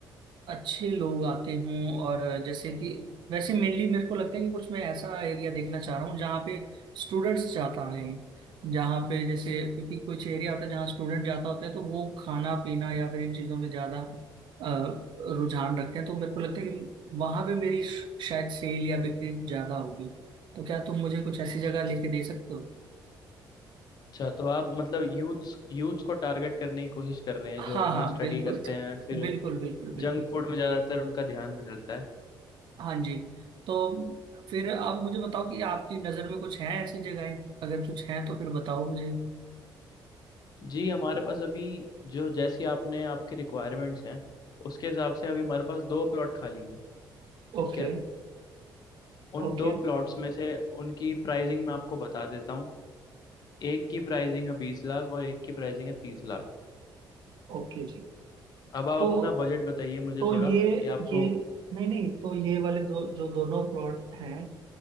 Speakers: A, on the right (about 60°); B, on the left (about 50°).
A: अच्छे लोग आते हों और जैसे कि वैसे मेनली मेरे को लगता है कि कुछ मैं ऐसा एरिया देखना चाह रहा हूँ जहाँ पे स्टूडेंट्स जाता है जहाँ पे जैसे क्योंकि कुछ एरिया होता है जहाँ स्टूडेंट जाता होता है तो वो खाना पीना या फिर इन चीज़ों में ज़्यादा अ, रुझान रखते हैं तो मेरे को लगता है कि वहाँ पे मेरी श- शायद सेल या बिक्री ज़्यादा होगी तो क्या तुम मुझे कुछ ऐसी जगह लेके दे सकते हो
B: अच्छा तो आप मतलब यूथ्स यूथ्स को टारगेट करने की कोशिश कर रहे हैं
A: हाँ
B: जो अपना
A: हाँ
B: स्टडी
A: बिल्कुल
B: करते हैं फिर
A: बिल्कुल बिल्कुल बिल्कुल
B: जंक फूड में ज़्यादातर उनका ध्यान रहता है
A: हाँ जी तो फिर आप मुझे बताओ कि आपकी नज़र में कुछ हैं ऐसी जगहें अगर कुछ हैं तो फिर बताओ मुझे
B: जी हमारे पास अभी जो जैसी आपने आपकी रिक्वायरमेंट्स हैं उसके हिसाब से अभी हमारे पास दो प्लॉट खाली हैं ठीक
A: ओके
B: है उन
A: ओके
B: दो प्लॉट्स में से उनकी प्राइसिंग मैं आपको बता देता हूँ एक की प्राइसिंग है बीस लाख और एक की प्राइसिंग है तीस लाख
A: ओके जी
B: अब आप
A: तो
B: अपना बजट बताइए मुझे
A: तो
B: थोड़ा
A: ये
B: कि आपको
A: ये नहीं नहीं तो ये वाले दो जो दोनों प्लॉट हैं